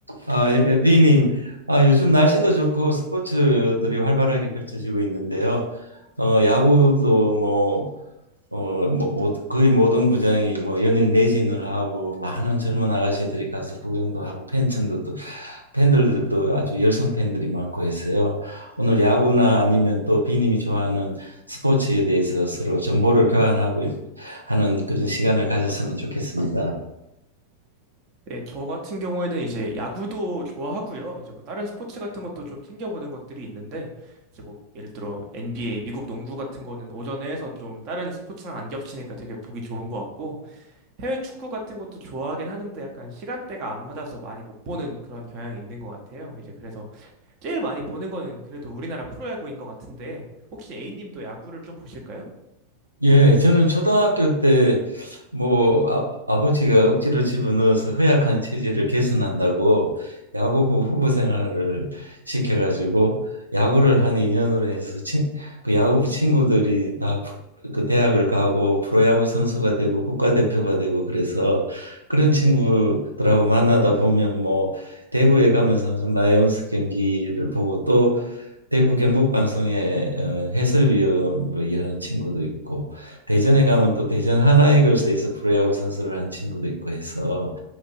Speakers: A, on the right; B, on the right.
A: 아, 예, 예, 비님, 아, 요즘 날씨도 좋고 스포츠들이 활발하게 펼쳐지고 있는데요. 어, 야구도 뭐, 어, 뭐, 뭐 거의 모든 구장이 뭐 연일 매진을 하고 많은 젊은 아가씨들이 가서 구경도 하고 팬층도 또 팬들도 아주 열성 팬들이 많고 해서요. 오늘 야구나 아니면 또 비님이 좋아하는 스포츠에 대해서 서로 정보를 교환하고 하는 그런 시간을 가졌으면 좋겠습니다.
B: 네, 저 같은 경우에는 이제 야구도 좋아하고요. 이제 뭐 다른 스포츠 같은 것도 좀 챙겨보는 것들이 있는데, 이제 뭐 예를 들어 NBA, 미국 농구 같은 거는 오전에 해서 좀 다른 스포츠랑 안 겹치니까 되게 보기 좋은 것 같고, 해외 축구 같은 것도 좋아하긴 하는데 약간 시간대가 안 맞아서 많이 못 보는 그런 경향이 있는 것 같아요. 이제 그래서 제일 많이 보는 거는 그래도 우리나라 프로야구인 것 같은데, 혹시 A님도 야구를 좀 보실까요?
A: 예, 저는 초등학교 때 뭐 아, 아버지가 억지로 집어넣어서 허약한 체질을 개선한다고 야구부 후보 생활을 시켜가지고 야구를 한 인연으로 해서 친, 그 야구부 친구들이 다 그 대학을 가고 프로야구 선수가 되고 국가대표가 되고 그래서 그런 친구들하고 만나다 보면 뭐 대구에 가면 삼성 라이온스 경기를 보고 또 대구 경북 방송의 어, 해설위원으로 일하는 친구도 있고 대전에 가면 또 대전 하나이글스에서 프로야구 선수를 한 친구도 있고 해서